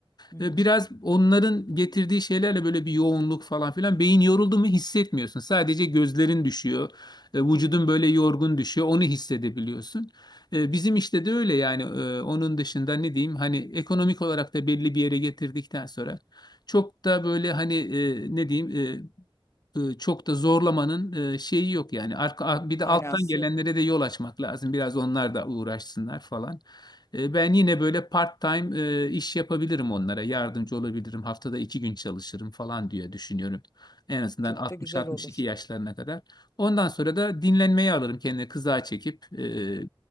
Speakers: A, on the left (about 30°); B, on the left (about 50°).
A: Hı hı.
B: E, biraz onların getirdiği şeylerle böyle bir yoğunluk falan filan beyin yoruldu mu hissetmiyorsun. Sadece gözlerin düşüyor. E, vücudun böyle yorgun düşüyor. Onu hissedebiliyorsun. E, bizim işte de öyle yani E, onun dışında ne diyeyim hani ekonomik olarak da belli bir yere getirdikten sonra çok da böyle hani e, ne diyeyim E, e, çok da zorlamanın e, şeyi yok yani. Arka, ar- bir de
A: Manası
B: alttan gelenlere
A: yok.
B: de yol açmak lazım. Biraz onlar da uğraşsınlar falan. E, Ben yine böyle part-time e, iş yapabilirim onlara. Yardımcı olabilirim. Haftada iki gün çalışırım falan diye düşünüyorum. En azından
A: Çok
B: 60-62
A: da güzel olur.
B: yaşlarına kadar. Ondan sonra da dinlenmeyi alırım kendine kıza çekip. e,